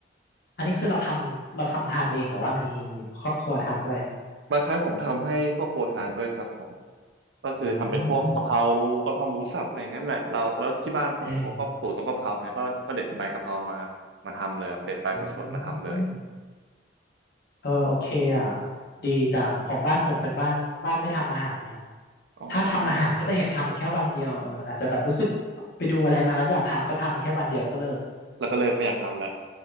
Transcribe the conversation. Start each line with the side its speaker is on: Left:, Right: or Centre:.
Left: อันนี้คือเราทำเราทำทานเองหรือว่ามีครอบครัวทานด้วย
Right: ำบางครั้งผมทำให้ครอบครัวทานด้วยครับผมก็คือทำเป็นพวกกะเพรากะเพราหมูสับอะไรอย่างนั้นแหละเราแล้วที่บ้านผมเขาก็ปลูกต้นกะเพราไงก็ก็เด็ดใบกะเพรามา
Left: อ่าเออ
Right: มาทำเลยครับเด็ดใบสดๆมาทำเลย
Left: อืมเออโอเคอ่ะดีจังของบ้านผมเป็นบ้านบ้านไม่ทำอาหารเนี่ย
Right: อ๋อ
Left: ถ้าทำอาหารก็จะเห็นทำอยู่แค่วันเดียวเอออาจจะแบบรู้สึกไปดูอะไรมาแล้วอยากทำก็ทำไปแค่วันเดียวแล้วก็เลิก
Right: แล้วก็เลิกไม่อยากทำละ